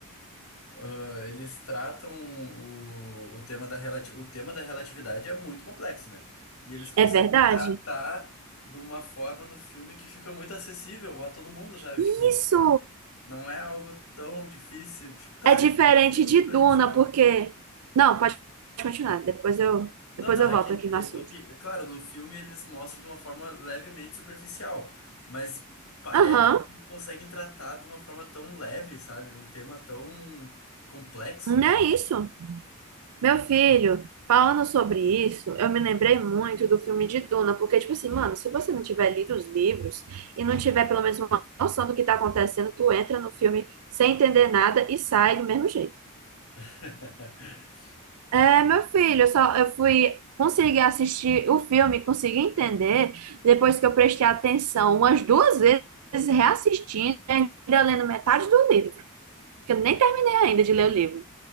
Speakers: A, on the left; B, on the right.
A: ah, eles tratam o, o tema da relati... o tema da relatividade é muito complexo, né? E eles conseguem
B: É verdade?
A: tratar de uma forma no filme que fica muito acessível a todo mundo, sabe?
B: Isso
A: Tipo, Não é algo tão difícil, tipo, claro,
B: é diferente
A: ficou
B: de
A: superficial.
B: Duna, porque. Não, pode continuar. Depois eu,
A: Não,
B: depois
A: não,
B: eu
A: é
B: volto
A: que,
B: aqui no assunto.
A: é, é que, é claro, no filme eles mostram de uma forma levemente superficial, mas parece
B: Aham,
A: que eles conseguem tratar de uma forma tão leve, sabe? Um tema tão complexo.
B: não é isso. Meu filho, falando sobre isso, eu me lembrei muito do filme de Duna, porque, tipo assim, mano, se você não tiver lido os livros e não tiver pelo menos uma noção do que tá acontecendo, tu entra no filme sem entender nada e sai do mesmo jeito.
A: <laughs>
B: É, meu filho, eu só eu fui conseguir assistir o filme, consegui entender, depois que eu prestei atenção umas duas vezes, reassistindo, e ainda lendo metade do livro, porque eu nem terminei ainda de ler o livro.